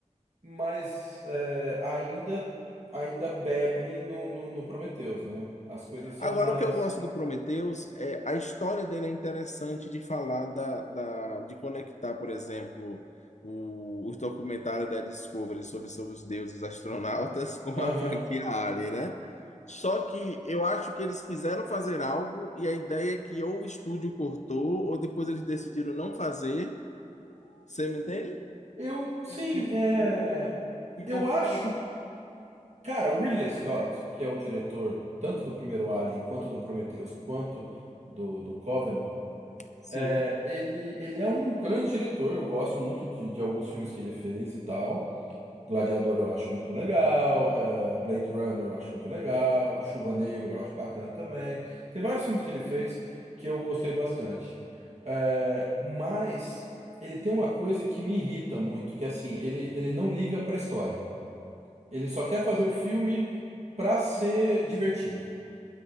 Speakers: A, on the right; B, on the left.
A: mas é, ainda, ainda bebe no, no, no Prometheus, né? As coisas são
B: Agora,
A: mais.
B: o que eu gosto do Prometheus é a história dele é interessante de falar da, da- de conectar, por exemplo, o- os documentários da Discovery sobre, sobre os deuses astronautas <laughs> com
A: Aham.
B: a franquia Alien, né? Só que eu acho que eles quiseram fazer algo e a ideia é que ou o estúdio cortou ou depois eles decidiram não fazer. Você me entende?
A: Eu, sim,
B: Porque
A: é.
B: ficou, ficou
A: Eu acho
B: voando.
A: Cara, o Ridley Scott, que é o diretor tanto do primeiro Alien, quanto do Prometheus, quanto do, do Covenant,
B: Sim.
A: é, ele, ele é um grande diretor. Eu gosto muito de, de alguns filmes que ele fez e tal. Gladiador eu acho muito legal, é, Blade Runner eu acho muito legal, Chuva Negra eu acho bacana também. Tem vários filmes que ele fez que eu gostei bastante. É, mas ele tem uma coisa que me irrita muito, que é assim, ele, ele não liga pra história. Ele só quer fazer o filme pra ser divertido.